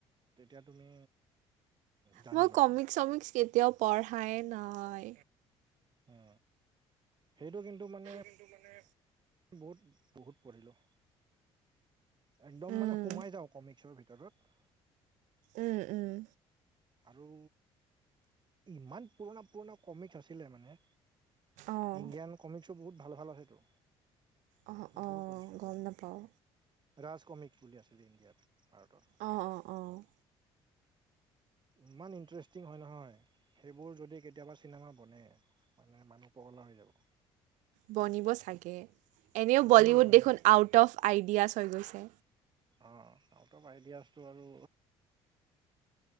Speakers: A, on the right (about 35°); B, on the right (about 80°).
A: তেতিয়া, তুমি জানিবা
B: মই কমিক্স-চমিক্স
A: মানে
B: কেতিয়াও পঢ়াই নাই।
A: অ'! সেইটো কিন্তু মানে,
B: কিন্তু মানে,
A: বহুত-বহুত পঢ়িলোঁ। একদম
B: উম
A: মানে, সোমাই যাওঁ, কমিক্সৰ ভিতৰত।
B: উম, উম।
A: আৰু ইমান, পুৰণা-পুৰণা কমিক্স আছিলে, মানে।
B: অঁ
A: ইণ্ডিয়ান কমিক্সো বহুত ভাল-ভাল আছেতো।
B: অঁ
A: সেইবোৰো
B: অঁ
A: পঢ়িছিলোঁ
B: গম
A: আমি।
B: নাপাওঁ
A: ৰাজকমিক্স বুলি আছিলে ইণ্ডিয়াত, ভাৰতত।
B: অ' অ' অ'!
A: ইমান ই ইণ্টাৰেষ্টিং হয়, নহয়। সেইবোৰ যদি কেতিয়াবা, চিনেমা বনে, মানে মানুহ পগলা হৈ যাব।
B: বনিব চাগে! এনেও,
A: বনিব
B: বলিউড
A: বনিব
B: দেখোন আউট অফ আইডিয়াছ হৈ গৈছে।
A: অ'! আউট অফ আইডিয়াছটো আৰু